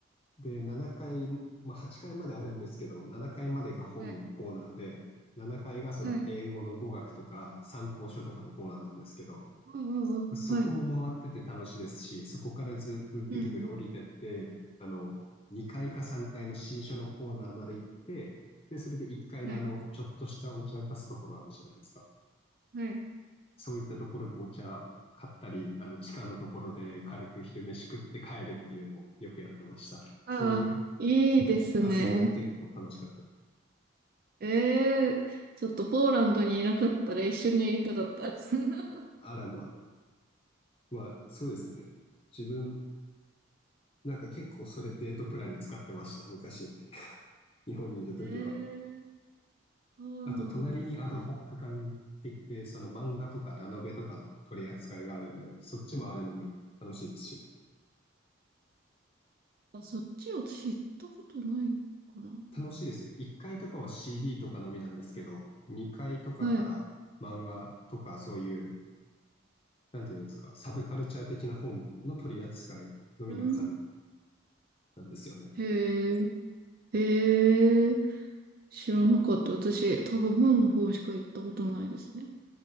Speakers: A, on the left (about 30°); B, on the right (about 45°).
A: で、7回まあ、8階まであるんですけど、7回までが本のコーナーで、
B: はい。
A: 7回がその英語の語学とか参考書とかのコーナーなんですけど、
B: はい。うんうんうん。
A: そこも回ってて楽しいですし、
B: はい。
A: そこからずっとぐるぐる降りてって、
B: うん
A: あの、2回か3回の新書のコーナーまで行って、で、それで1回のあの、
B: うん。はい。
A: ちょっとしたお茶を出すところあるじゃないですか。
B: はい。
A: そういったところでお茶買ったり、あの、地下のところで軽く昼飯食って帰るっていうのをよくやってました。
B: ああ、
A: そういう
B: いいですね。
A: 遊びは結構楽しかった
B: ええちょっとポーランドにいなかったら一緒にやりたかったです。<laughs>
A: あらまあ、まあ、そうですね。自分、なんか結構それデートプランに使ってました、昔。日本にいるときは。
B: ええそうなんですか。
A: あと、隣にアドホック館って言って、その漫画とかラノベとかの取り扱いがあるんで、そっちもあるのも楽しいですしね。
B: あ、そっちを知ったことないかな。
A: 楽しいですよ。1階とかは CD とかのみなんですけど、2階とかから漫画とかそういう、
B: はい。
A: なんていうんですか、サブカルチャー的な本の取り扱いのみの館
B: うん。
A: なんですよね。
B: へえ。ええ知らなかった。私、多分本の方しか行ったことないですね。